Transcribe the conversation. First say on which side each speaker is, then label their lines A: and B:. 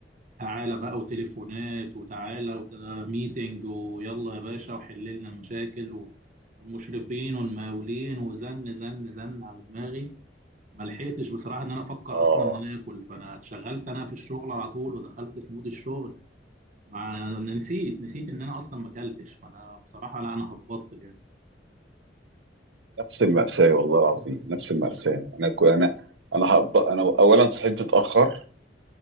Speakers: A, on the right; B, on the right.
A: تعالى بقى وتليفونات وتعالى وميتنج ويلا يا باشا وحل لنا المشاكل و- والمشرفين والمقاولين وزن زن زن على دماغي ما لحقتش بصراحه ان انا افكر
B: اه
A: اصلا ان انا اكل فانا اتشغلت انا في الشغل على طول ودخلت في مود الشغل مع أنا نسيت نسيت ان انا اصلا ما اكلتش فانا بصراحه لا انا هبطت جامد
B: نفس المأساة والله العظيم نفس المأساة أنا كو أنا أنا هب... أنا أولا صحيت متأخر